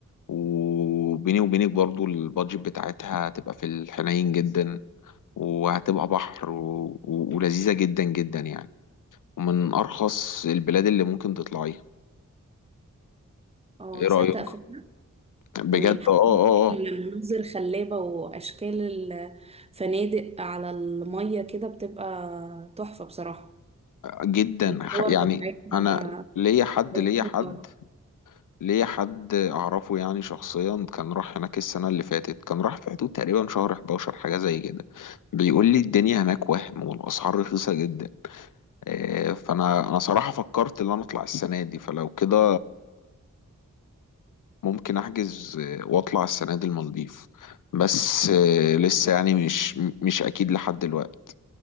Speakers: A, on the left (about 70°); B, on the right (about 20°).
A: وبيني وبينك برضو البادجت بتاعتها تبقى في الحنين جدا وهتبقى بحر و... و... ولذيذة جدا جدا يعني ومن أرخص البلاد اللي ممكن تطلعيها
B: اه
A: إيه
B: تصدق
A: رأيك؟
B: فكرة
A: بجد
B: تمام حتى
A: آه آه
B: هناك
A: آه
B: المناظر
A: آه.
B: خلابة وأشكال الفنادق على المية كده بتبقى تحفة بصراحة
A: جدا
B: الصور
A: خ- يعني
B: بتاعتها
A: أنا ليا حد
B: لذيذة
A: ليا حد ليا حد أعرفه يعني شخصيا كان راح هناك السنة اللي فاتت كان راح في حدود تقريبا شهر 11 حاجة زي كده بيقول لي الدنيا هناك وهم والأسعار رخيصة جدا آه، فأنا أنا صراحة فكرت إن أنا أطلع السنة دي فلو كده ممكن احجز آه، واطلع السنه دي المالديف بس آه، لسه يعني مش مش اكيد لحد دلوقتي